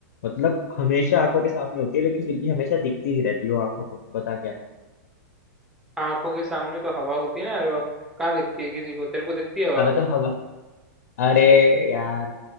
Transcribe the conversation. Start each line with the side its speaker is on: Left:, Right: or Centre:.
Left: मतलब हमेशा आंखों के सामने होती है लेकिन फिर भी हमेशा दिखती नहीं रहती वो आंखों को बता क्या
Centre: आंखों के सामने तो हवा होती है ना हर वक्त कहाँ दिखती है किसी को तेरे को दिखती है हवा
Left: अबे तो हवा अरे यार